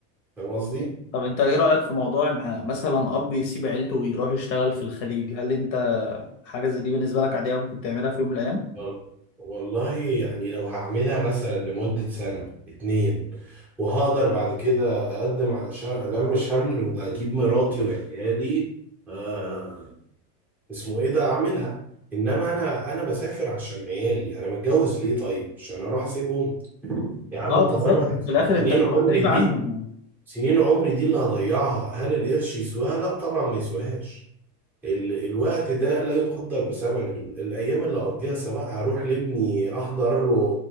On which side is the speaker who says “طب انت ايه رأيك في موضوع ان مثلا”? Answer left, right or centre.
Left